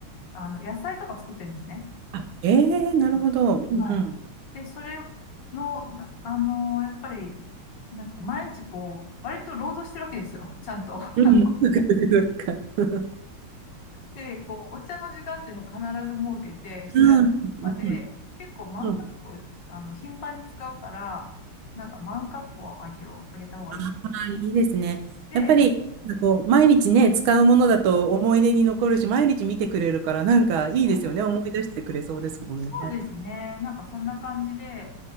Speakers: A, on the left; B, on the right.
A: あの、野菜とか作ってるんですね。
B: あ、えー、なるほど。
A: うん
B: うんうん。
A: はい。で、それの、なあの、やっぱり、なんかこう毎日こう、割と労働してるわけですよ。ちゃんと。<laughs>
B: うん、
A: あ
B: そっかそっかそっか。
A: で、こう、お茶の時間っていうのを必ず設けて、一役とかで、
B: うん、うん、
A: 結構マンカップを、
B: うん。
A: あの、頻繁に使うから、なんかマンカップをあげよう、あげた方がいい。
B: ああ、いいですね。
A: で、
B: やっぱり、なんかこう、毎日ね、使うものだと思い出に残るし、毎日見てくれるから、なんかいいですよね。
A: まあ、
B: 思い出してくれそうですもんね。
A: あそうですね。なんかそんな感じで、